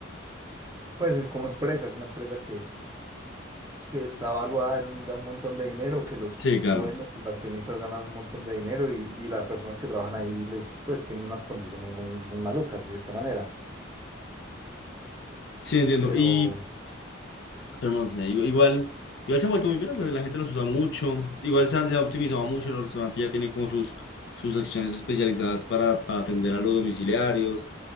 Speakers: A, on the right; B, on the left.
A: pues es como empresa, es una empresa que, que está valuada en un, ya un montón de dinero, que los,
B: Sí,
A: sus
B: claro.
A: dueños, los accionistas ganan un montón de dinero y, y las personas que trabajan ahí les, pues, tienen unas condiciones muy, muy malucas, de cierta manera.
B: Sí, entiendo.
A: Pero,
B: Y, pero no sé, igu-
A: Sí.
B: igual, igual se han vuelto muy bien, la la gente los usa mucho, igual se han, se han optimizado mucho, los restaurantes ya tienen como sus, sus secciones especializadas para, para atender a los domiciliarios,